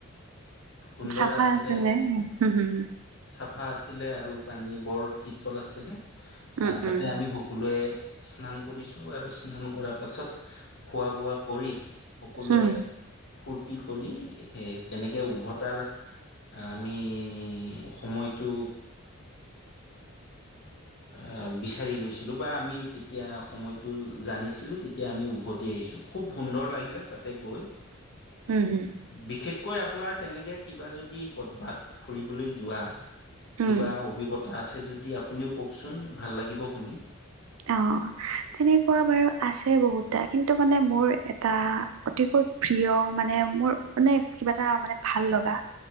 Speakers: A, on the left; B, on the right.
A: সুন্দৰ
B: চাফা
A: আছিলে
B: উম হুম
A: চাফা আছিলে আৰু, পান বৰ শীতল আছিলে
B: উম
A: তাতে
B: উম
A: আমি সকলোৱে স্নান কৰিছো আৰু স্নান কৰা পাছত খোৱা বোৱা কৰি সকলোৱে
B: হুম
A: ফূৰ্তি কৰি সেই তেনেকে উভতাৰ আমি সময়টো অ বিচাৰি লৈছিলো বা আমি তেতিয়া সময়টো জানিছিলো তেতিয়া আমি উভতি আহছিলো। খুব সুন্দৰ লাগিলে তাতে গৈ
B: উম হুম
A: বিশেষকৈ আপোনাৰ তেনেকে কিবা যদি কদবাত ফুৰিবলৈ যোৱা
B: উম
A: কিবা অভিজ্ঞতা আছে য যদি আপুনিও কওকচোন ভাল লাগিব শুনি
B: অ তেনেকুৱা বাৰু আছে বহুত টা কিন্তু মানে মোৰ এটা অতিকৈ প্ৰিয় মানে মোৰ মানে কিবা এটা মানে ভাল লগা